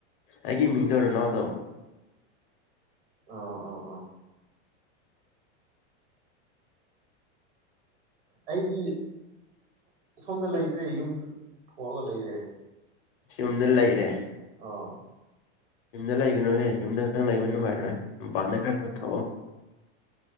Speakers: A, on the left; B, on the right.
A: ꯑꯩꯒꯤ ꯃꯤꯡꯗꯣ ꯔꯣꯅꯥꯜꯗꯣ
B: ꯑꯣ ꯑꯣ ꯑꯣ ꯑꯩꯗꯤ ꯁꯣꯝꯗ ꯂꯩꯇ꯭ꯔꯦ ꯌꯨꯝꯗ ꯊꯣꯛꯑꯒ ꯂꯩꯔꯦ
A: ꯌꯨꯝꯗ ꯂꯩꯔꯦ
B: ꯑꯣ
A: ꯌꯨꯝꯗ ꯂꯩꯒꯅꯨꯅꯦ ꯌꯨꯝꯗ ꯈꯛꯇꯪ ꯂꯩꯕ ꯅꯨꯡꯉꯥꯏꯔꯣꯏ ꯃꯄꯥꯟꯗ ꯈꯔ ꯈꯔ ꯊꯣꯛꯑꯣ